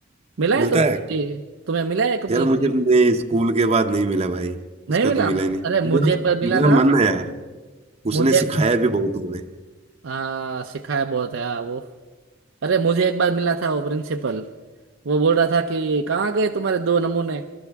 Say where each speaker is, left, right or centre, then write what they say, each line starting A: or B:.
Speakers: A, on the right; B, on the right.
A: मिला
B: मिलता
A: है तुम्हें
B: है
A: कभी? तुम्हें मिला है कभी
B: यार
A: एक
B: मुझे
A: बार
B: नहीं स्कूल के बाद नहीं मिला भाई
A: नहीं
B: उसका
A: मिला
B: तो मिला ही नहीं
A: अरे मुझे
B: मेरा
A: एक बार मिला
B: मेरा
A: था
B: मन है यार उसने
A: मुझे
B: सिखाया भी बहुत हमें
A: हाँ सिखाया बहुत है हाँ वो अरे मुझे एक बार मिला था वो प्रिंसिपल वो बोल रहा था कि कहाँ गए तुम्हारे दो नमूने